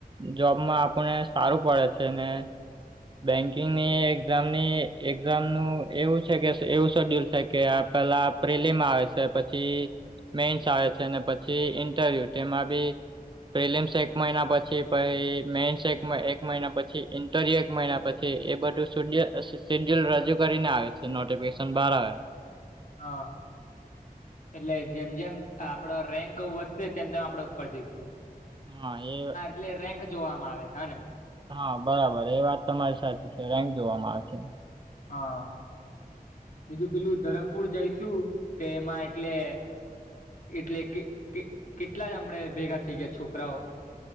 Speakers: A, on the right (about 30°); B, on the left (about 55°).
A: જોબમાં આપને સારું પડે છેને. બેન્કિંગ ની એક્ઝામની એક્ઝામ નું એવું છે કે એવું શોડ્યુલ છે, કે આપ પેલા અપ્રિલીમાં આવે છે, પછી મેન આવે છે, અનેને પછી ઇન્ટરવ્યુ તેમાં બી પ્રિલિમ્સ એક મહિના પછી પછ મેન્સ એક મહિના પછી દરી એક મહિના પછી એ બધું્ય શેડ્યુલ રજૂ કરીને આવે છે, નોટિફિકેશન બહાર આવે
B: હા એટલે જેમ જેમ આપડો રેન્ક વધશે તેમ તેમ આપડે ઉપર જઈશુ
A: હા એ
B: એટલે રેન્ક જોવામાં આવે હા, ને
A: હા બરાબર એ વાત તમારી સાચી છે રેન્ક જોવામાં આવેશે
B: હા બીજું પેલું ધરમપુર જઈશુ, તે એમાં એટલે એટલે કે કેટલા હમણેે ભેગા થઇ ગયા છોકરાઓ.